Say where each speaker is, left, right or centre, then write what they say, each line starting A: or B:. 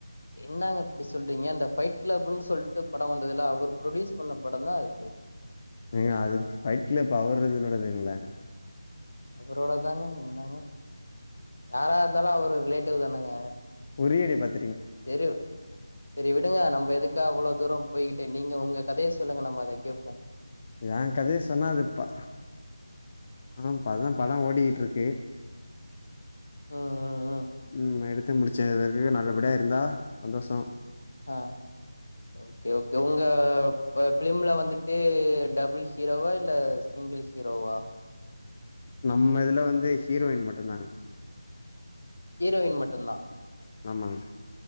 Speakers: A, on the left (about 70°); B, on the left (about 30°).
A: என்னங்க இப்டி சொல்றீங்க அந்த ஃபைட் கிளப்ன்னு சொல்லிட்டு படம் வந்தது இல்ல அவர் ப்ரொடியூஸ் பண்ண படோ தா அது
B: ஏங்க அது ஃபைட்க்ளப் அவரோடது இதுங்ளங்க
A: அவரோடதாங்க நின்னாங்க யாரா இருந்தாலு அவர் ரிலேட் டிவ் தானங்க
B: குறியிடப்பாத்
A: செரி சரி விடுங்க நம்ம எதுகா அவ்ளோ தூரோ போய்கிட்டு நீங்க உங்க கதைய சொல்லுங்க நம்ம அத கேட்போ
B: எ கதைய சொன்னாதுப்பா ஆ அதா படோ ஓடிட்டு இருக்கு
A: ம் ம்
B: ம் எடு த்து முடுச்சே இது பெறகு நல்லபடியா இருந்தா சந்தோஷோ
A: ஆ ஒகே ஒகே உங்க ப பிலிம்ல வந்து ட்டு டபுள் ஹீரோவா இல்ல சிங்கிள் ஹீரோவா?
B: நம்ம இதுல வந்து ஹீரோயின் மட்டுந்தாங்க
A: ஹீரோயின் மட்டுந்தா
B: ஆமாங்க.